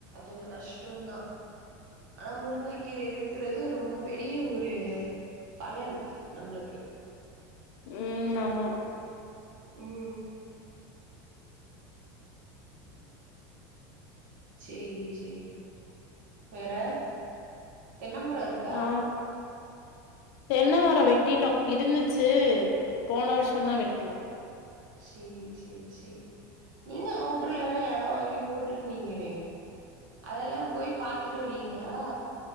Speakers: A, on the right (about 70°); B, on the left (about 50°).
A: கொஞ்ச கஷ்டோ தா ஆனா முருங்க கீர இருக்கிறது ரொம்ப பெரிய ஒரு பலன் நம்ளுக்கு
B: ம் ஆமா
A: ம் உ சேரி சேரி வேற தென்னம்மரோ இருக்
B: ஆ தென்ன மரோ வெட்டிட்டோ இருந்துச்சு போன வருஷ
A: ம்
B: தா வெட்ணோ
A: சேரி சேரி சேரி நீங்க அவுட்ர்ல ல்லா எடோ வாங்கி போட்டுருந்தீங்களே அதெல்லா. போய் பாத்துட்டு வரீங்களா